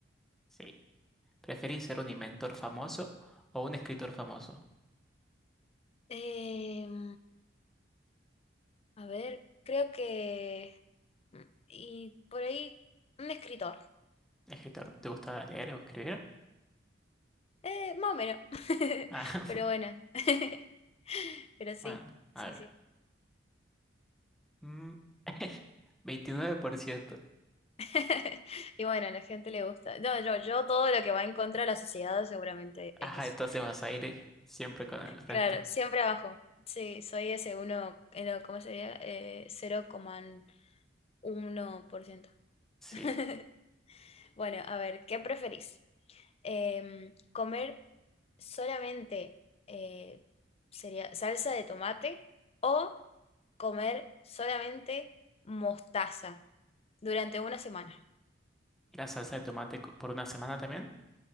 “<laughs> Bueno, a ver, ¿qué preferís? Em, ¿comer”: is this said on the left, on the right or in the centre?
Left